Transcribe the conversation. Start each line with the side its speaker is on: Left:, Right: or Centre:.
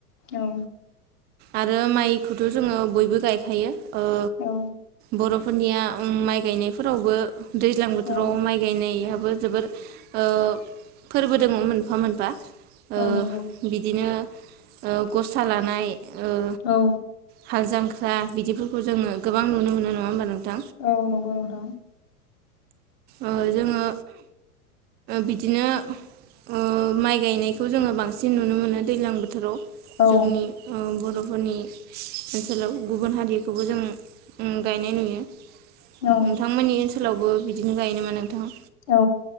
Left: औ
Right: आरो माइखोथ' जोङो बयबो गायखायो ओ
Left: औ
Right: बर'फोरनिया उम माइ गायनायफोरावबो दैज्लां बोथोराव
Left: औ
Right: माइ गायनाय जोबोर ओ फोरबो दों मोनफा मोनफा।
Left: औ
Right: ओ
Left: नंगौ
Right: बिदिनो ओ ग'सा लानाय ओ
Left: औ
Right: हाल जांख्रा बिदिफोरखौ जोंयो गोबां नुनो मोनो नङा होमबा नोंथा?
Left: औ नंगौ नोंथां
Right: ओ जोङो बिदिनो ओ माइ गायनायखौ जोङो बांसिन नुनो मोनो दैलां बोथोराव।
Left: औ
Right: जोंनि ओ बर' फोनि ओनसोलाव गुबुन हारिखौबो जों गायनाय नुयो।
Left: औ
Right: नोंथांमोननि सोलावबो बि दिनो गायो नामा नोंथां
Left: औ